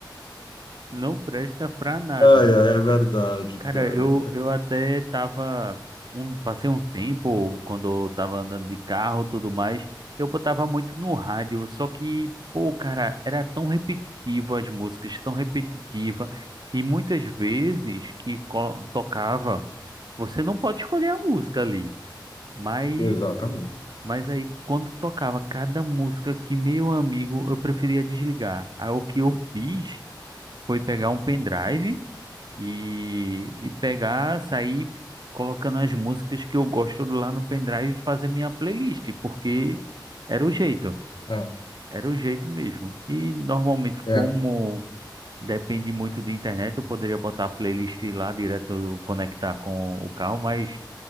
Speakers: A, on the right (about 60°); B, on the left (about 75°).
A: Não presta pra nada.
B: Ai, ai, é verdade,
A: Cara,
B: cara.
A: eu, eu até tava. Um, passei um tempo quando eu tava andando de carro e tudo mais. Eu botava muito no rádio, só que, pô, cara, era tão repetitivo as músicas, tão repetitiva. E muitas vezes que co- tocava, você não pode escolher a música ali. Mas,
B: Exatamente.
A: mas aí quando tocava cada música que meu amigo, eu preferia desligar. Aí o que eu fiz foi pegar um pendrive. E, e pegar, sair colocando as músicas que eu gosto lá no pendrive e fazer minha playlist, porque era o jeito,
B: É,
A: era o jeito mesmo. E normalmente,
B: é.
A: como depende muito de internet, eu poderia botar a playlist lá direto, conectar com o carro, mas,